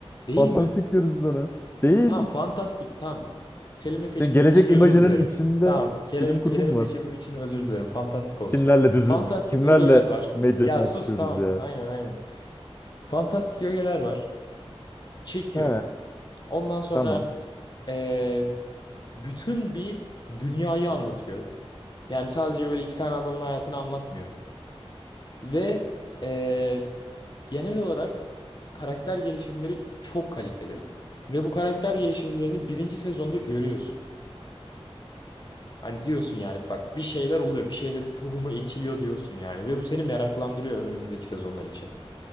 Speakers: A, on the left; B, on the left.
A: değil
B: Fantastik
A: mi?
B: diyoruz biz ona. Değil.
A: Tamam fantastik tamam. Kelime seçimim
B: Sen gelecek
A: için özür
B: imajının
A: dilerim.
B: içinde
A: Tamam kelime,
B: bilim
A: kelime
B: kurgu mu
A: seçimim
B: var?
A: için özür dilerim. Fantastik olsun.
B: Kimlerle dizi,
A: Fantastik
B: kimlerle
A: ögeler var.
B: medya
A: Ya
B: tartışıyoruz
A: sus tamam
B: ya?
A: aynen aynen. Fantastik ögeler var. Çekiyor.
B: <laughs> He,
A: Ondan sonra
B: tamam.
A: eee, bütün bir dünyayı anlatıyor. Yani sadece böyle iki tane adamın hayatını anlatmıyor. Ve eee, genel olarak karakter gelişimleri çok kaliteli. Ve bu karakter gelişimlerini birinci sezonda görüyorsun. Hani diyorsun yani bak bir şeyler oluyor. Bir şeylerin tohumu ekiliyor diyorsun yani. Ve bu seni meraklandırıyor önündeki sezonlar için.